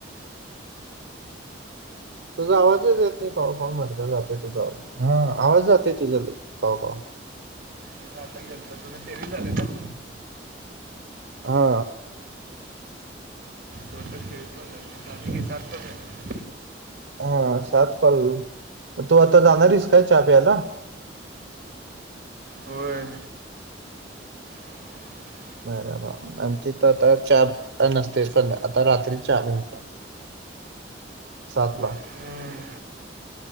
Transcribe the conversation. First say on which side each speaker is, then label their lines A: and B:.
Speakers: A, on the right (about 75°); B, on the right (about 50°).
A: तुझा आवाजच येत नाही कवा कवा मर्दा जातोय. तुझा आवाज हा आवाज जातोय तुझा कवा कवा.
B: पुन्हा आता गेलतो, तुझं तेवीस झालं का?
A: हा.
B: टोटल तेवीस, <unintelligible> झाले की <unintelligible>
A: हा सात कॉल, हा मग तू आता जाणार आहेस का चहा प्यायला?
B: होय. <inaudible>
A: बर बाबा अन तिथं तर चहा काय नसतोयस आता रात्री चहा मिळणार. सात ला.
B: हम्म,